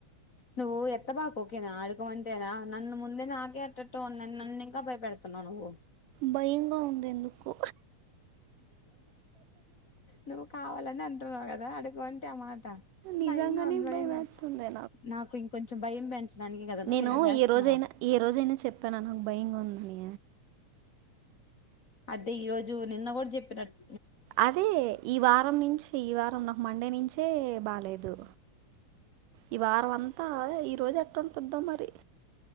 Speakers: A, on the left (about 40°); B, on the right (about 90°).
A: నువ్ ఎత్త్త బాకు కేనా ఆడుకోమంటేనా నన్ను ముందే నాకే ఎట్టెట్టు నన్ను ఇంకా భయపెడ తున్నావు నువ్వు
B: భయంగా ఉంది ఎందుకు
A: నువ్వు కావాలని అంటున్నావు కదా అనుగంటే మా
B: నిజంగానే
A: భయ ఉంది భయంగా
B: భయమేస్తుంది
A: ఉ నాకు ఇంకొంచం భయం పెంచడానికి కదా నువ్వు
B: నేను
A: ఇలా చేస్తున్నావు
B: ఏ రోజైనా ఏ రోజైనా చెప్పాన నాకు భయంగా ఉందని
A: అదే ఈ రోజు నిన్న కూడా చెప్పినట్టు
B: అదే ఈ వారం నుంచి ఈ వారం నాకు మండే నుంచే బాలేేదు ఈ వారం అంతా ఈ రోజు ఎట్లా ఉంటుందో మరి